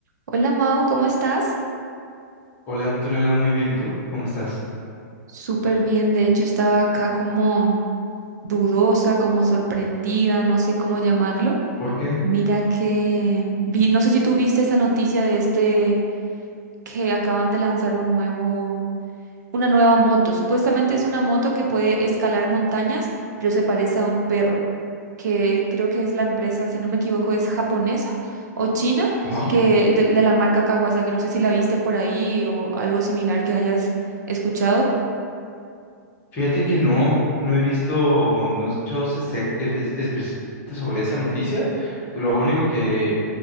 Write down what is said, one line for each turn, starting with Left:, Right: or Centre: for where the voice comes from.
Right: Hola Mau, ¿cómo estás?
Left: Hola Antonella, muy bien. ¿Y tú? ¿Cómo estás?
Right: Súper bien, de hecho estaba acá como dudosa, como sorprendida, no sé cómo llamarlo.
Left: ¿Por Bueno, qué?
Right: Mira que vi, no sé si tú viste esa noticia de este que acaban de lanzar un nuevo, una nueva moto. Supuestamente es una moto que puede escalar montañas, pero se parece a un perro, que creo que es la empresa, si no me equivoco, es japonesa o china,
Left: Ajá.
Right: que de, de la marca Kawasaki. No sé si la viste por ahí o algo similar que hayas escuchado.
Left: Fíjate que no, no he visto, no he escuchado este- es- específicamente sobre esa noticia. Lo único que